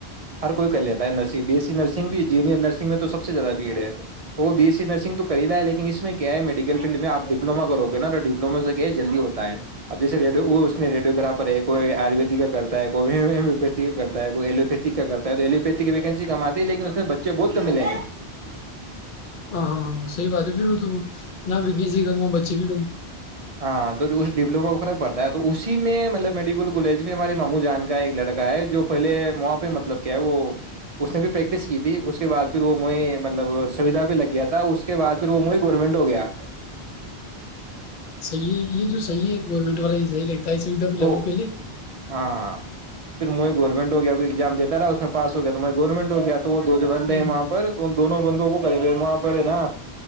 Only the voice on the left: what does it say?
ہاں ہاں ہاںاں صحی بات ہے پھر وہ تو نہ وکن سے ہی ک بچے بھی کم
توح یہ جو سح ہے گورنمٹ والا یہ صحی اسائی سیدا بھی
لگو پے
ہوں